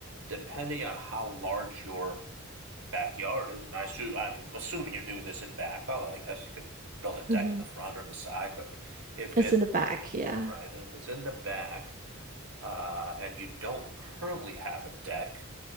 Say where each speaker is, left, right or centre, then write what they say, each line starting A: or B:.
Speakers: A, on the right; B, on the right.
A: depending on how large your backyard is, and I assume, I'm assuming you're doing this in back, although I guess you could build a deck
B: hmm
A: in the front or the side, but if
B: It's
A: it
B: in the back, yeah.
A: right, if it's in the back, uh, and you don't currently have a deck,